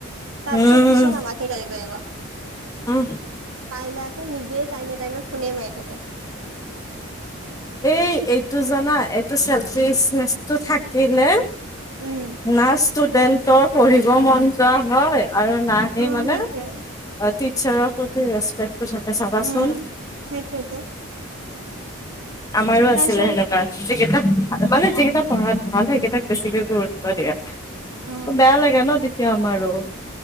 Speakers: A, on the right; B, on the left.
A: তাৰপিছত
B: উম,
A: পিছত আমাকে গালি পাৰিব,
B: উম,
A: পাৰিলে আকৌ নিজেই টাইমে টাইমে,, ফোনে মাৰি থাকে
B: এই - এইটো জানা এইটো চেলফনেচটো থাকিলে।
A: উম
B: না ষ্টুডেন্টৰ পঢ়িব মন যোৱা হয়। আৰু নাহেই
A: উম
B: মানে
A: সেইটোৱে
B: টিচাৰকধ ৰেস্টপেক্, তচতে চাবাচোন,
A: উম সেইটোৱেতো
B: আমাৰো আছিলে
A: তাৰপিছত
B: সেনেকুৱাই যিকেইটা -- মানে যিকেইটা পঢ়াত ভাল সেইকেইটাক বেছিকে গুৰুত্ব দিয়া
A: উম
B: বেয়া লাগে ন! তেতিয়া আমাৰো,